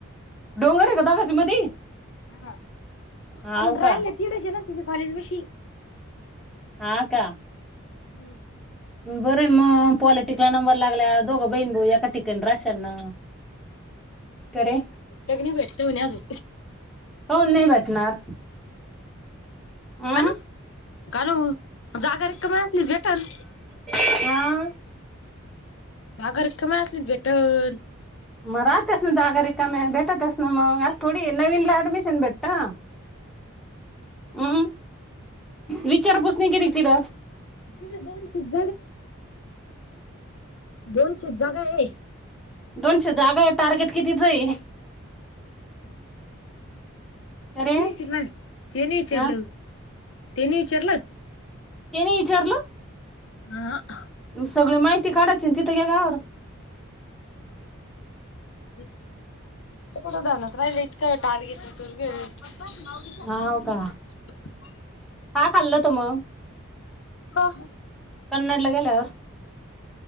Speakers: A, in the centre; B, on the left.
A: डोंगर आहे का दोघांची मधी
B: हा
A: हाव
B: पण
A: का
B: राहिला तीडच ये ना? तिच्या कॉलेज पशी.
A: हां का?
B: हं.
A: बरंय ना म पॉलिटिक् कला नंबर लागल्यावर दोघ बहीण भाऊ एका ठिकाणी राहशाल ना, का रे?
B: मी भेटतो म्हणे अजून.
A: काऊन नाही भेटणार? हम्म.
B: हा म कारण जागा रिकामी असल्यावर देतान.
A: <unintelligible>
B: जागा रिकामी असली त भेटन.
A: म राहत्याच ना जागा रिक काम्या. भेटत्याच ना म. असं थोडी ये? नवीन ला ऍडमिशन भेटत ना. अं? विचार पुसनी केली का तीढ?
B: तिथे दोन चित दोनशेच जागा आहे.
A: दोनशे जागाये, टार्गेट कितीचये?
B: <inaudible>
A: अरे
B: तेनी विचलं तेनी इचारलं
A: हा
B: तेनी इचारलं
A: तेनी इचारलं
B: हा हा
A: सगळी माहिती काढायची ना तिथं गेल्यावर
B: <unintelligible> <unintelligible>
A: हाव का काय खाल्लं त मग
B: का <unintelligible>
A: कन्नडला गेल्यावर